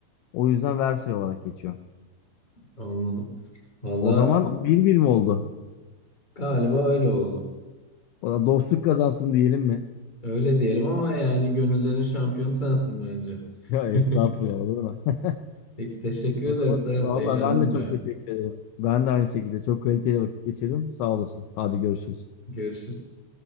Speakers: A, on the left; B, on the left.
A: O yüzden Versay olarak geçiyor.
B: anladım. Valla
A: O zaman bir bir mi oldu?
B: Galiba öyle oldu.
A: O da dostluk kazansın diyelim mi?
B: Öyle diyelim ama yani gönüllerin şampiyonu sensin bence.
A: Ya
B: <laughs>
A: estağfurullah olur mu? <laughs>
B: Peki teşekkür
A: O
B: ederim
A: zaman
B: Serhat.
A: Vallahi
B: Eğlendim
A: ben de çok
B: bayağı.
A: teşekkür ederim. Ben de aynı şekilde çok kaliteli vakit geçirdim. Sağ olasın. Hadi görüşürüz.
B: Görüşürüz.